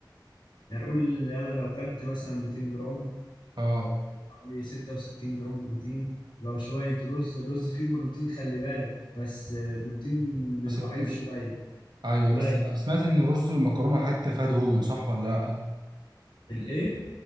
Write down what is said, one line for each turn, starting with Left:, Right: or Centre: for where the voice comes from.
Left: يعني قول انا لو كلت مثلا 200 جرام
Right: اه
Left: آه، حوالي 66 جرام بروتين لو شوية رز الرز فيه بروتين خلي بالك بس آه، بروتين
Right: بس بت-
Left: ضعيف شوية
Right: ايوه
Left: قليل
Right: بس سمعت ان الرز والمكرونه والحاجات دي بتبقى فيها دهون صح ولا لا
Left: الايه